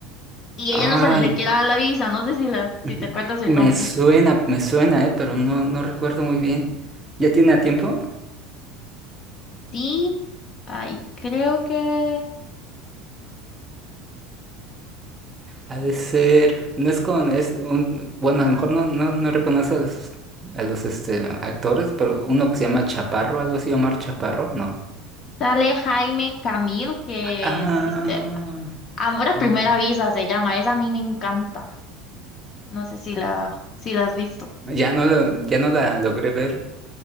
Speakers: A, on the left; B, on the right.
A: y
B: Ay,
A: ella no se le quiere dar la visa. No sé si, la,
B: ujú.
A: si te acuerdas el
B: me
A: nombre.
B: suena, me suena, eh, pero no, no recuerdo muy bien. ¿Ya tiene a tiempo?
A: Sí, ay, creo que
B: Ha de ser, no es con, es un, bueno, a lo mejor no, no, no reconoce a los, a los este, actores, pero uno que se llama Chaparro, algo así, Omar Chaparro, no.
A: sale Jaime Camil, que
B: Ah,
A: sí, se- Amor a
B: ah,
A: primera visa se llama. Esa a mí me encanta. No sé si la, si la has visto.
B: ya no, lo- ya no la logré ver.